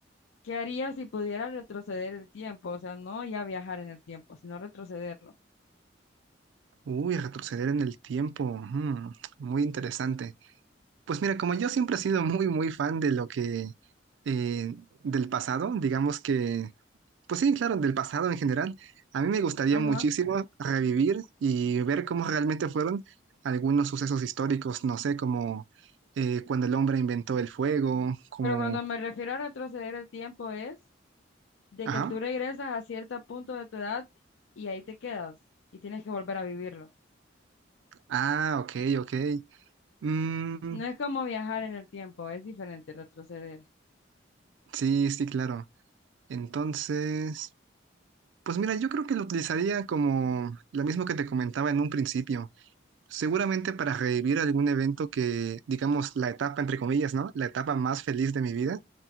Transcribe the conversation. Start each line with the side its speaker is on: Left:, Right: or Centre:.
Left: ¿qué harías si pudieras retroceder el tiempo? O sea, no ya viajar en el tiempo, sino retrocederlo.
Right: Uy, retroceder en el tiempo, ujú, muy interesante. Pues mira, como yo siempre he sido muy, muy fan de lo que, eh, del pasado, digamos que, pues sí, claro, del pasado en general, a mí me gustaría
Left: Ajá.
Right: muchísimo revivir y ver cómo realmente fueron algunos sucesos históricos, no sé, como eh, cuando el hombre inventó el fuego, como,
Left: Pero cuando me refiero a retroceder el tiempo es de
Right: ajá,
Left: que tú regresas a cierto punto de tu edad y ahí te quedas y tienes que volver a vivirlo.
Right: ah, ok, ok, Mm,
Left: No es como viajar en el tiempo, es diferente retroceder.
Right: sí, sí, claro. Entonces, pues mira, yo creo que lo utilizaría como lo mismo que te comentaba en un principio Seguramente para revivir algún evento que, digamos, la etapa, entre comillas, ¿no? La etapa más feliz de mi vida,